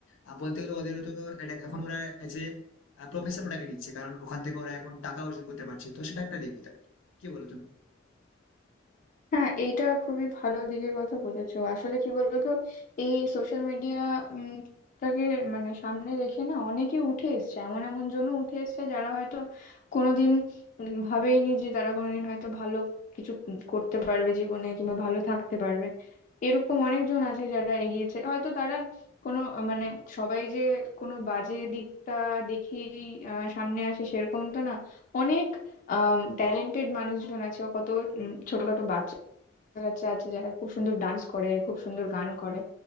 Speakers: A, on the left; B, on the left.
A: আহ, বলতে গেলে ওদের তো এটা এখন ওরা এজ এ প্রফেশন ওটাকে নিচ্ছে কারণ ওখান থেকে ওরা এখন টাকা অর্জন করতে পারছে তো সেটা একটা দিক হতে পারে। কি বলো তুমি
B: হ্যাঁ এইটা খুবই ভালো দিকের কথা বলেছো আসলে কি বলতো এই সোশ্যাল মিডিয়াটাকে মানে সামনে রেখে না অনেকে উঠে এসছে এমন এমন জনও উঠে এসছে যারা হয়তো কোনোদিন উম ভাবেইনি যে তারা কোনোদিন হয়তো ভালো কিছু করতে পারবে জীবনে কিংবা ভালো থাকতে পারবে এরকম অনেকজন আছে যারা এগিয়েছে হয়তো তারা কোনো আহ, মানে সবাই যে কোনো বাজে দিকটা দেখি সামনে আসে সেরকম তো না অনেক ট্যালেন্টেড মানুষজন আছে কত উম, ছোটখাটো বাচ্চা কাছে আছে যারা খুব সুন্দর ডান্স করে খুব সুন্দর গান করে